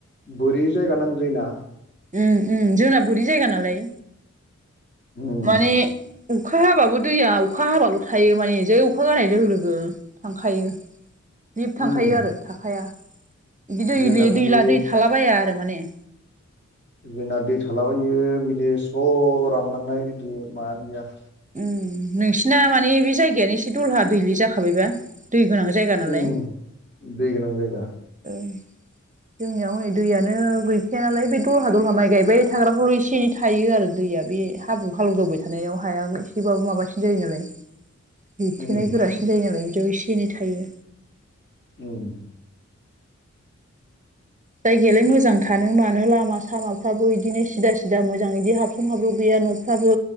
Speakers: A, on the left (about 40°); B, on the right (about 25°).
A: बोरि जायगा नांगो जायो ना।
B: उम उम जोंना बोरि जायगा नालाय
A: उम
B: माने अखा हाबाबो दैया अखा हाबाल' थायो माने जै अखा गारनाय लोगो लोगो थांखायो। सिलप थांखायो
A: उम
B: आरो थाखाया बि दैले
A: जोंना बिदि
B: दैला दै थालाबाया आरो माने।
A: जोंना दै थालाबायो बिदि स्र' रानलांनाय बिदि मायानो गैया।
B: उम नोंसिना माने बे जायगायानो एसे दलहा दैले जाखाबायबा। दै गोनां जायगा नालाय।
A: उम दै गोनां जायगा
B: ओ जोंनियाव हनै दैयानो गै गैखायानालाय बे दलहा दलहा माइ गायबाय थाग्राफ्रावल' एसे एनै थायो आरो दैया बे हाब्रु हालौ दावबाय थानायाव हाया गै एसेबाबो माबासिन जायो नालाय लिरथेनाय
A: उम
B: गोरासिन जायो नालाय बिदियाव एसे एनै थायो।
A: उम
B: जायगायालाय मोजां थानो मानो लामा सामा फ्राबो इदिनो सिदा सिदा मोजां इदिनो हाबसन हाब्र' गैया न'फ्राबो